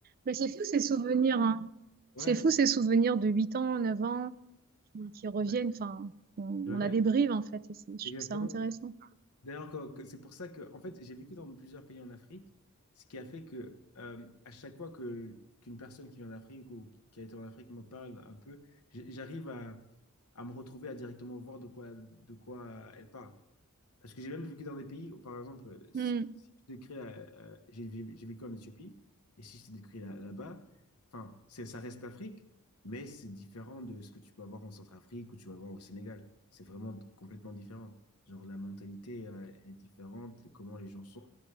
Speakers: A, on the right; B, on the left.
A: Mais c'est fou ces souvenirs, hein.
B: Ouais,
A: C'est fou ces souvenirs de 8 ans, 9 ans, qui qui reviennent,
B: ouais,
A: enfin, on,
B: je reviens,
A: on a des bribes en fait, et c'est- je
B: exactement.
A: trouve ça intéressant.
B: D'ailleurs, quoi, que- c'est pour ça que, en fait, j'ai vécu dans plusieurs pays en Afrique, ce qui a fait que, euh, à chaque fois que qu'une personne qui vient d'Afrique ou qui a été en Afrique me parle un peu, j'- j'arrive à, à me retrouver à directement voir de quoi, de quoi elle parle. Parce que j'ai même vécu dans des pays où, par exemple, si,
A: Hmm.
B: si je te décris, euh, euh, j'ai j'ai- j'ai vécu en Éthiopie, et si je te décris là- là-bas, enfin, c'est, ça reste l'Afrique, mais c'est différent de ce que tu peux avoir en Centrafrique ou tu vas voir au Sénégal. C'est vraiment complètement différent. Genre, la mentalité, euh, elle est différente, les- comment les gens sont.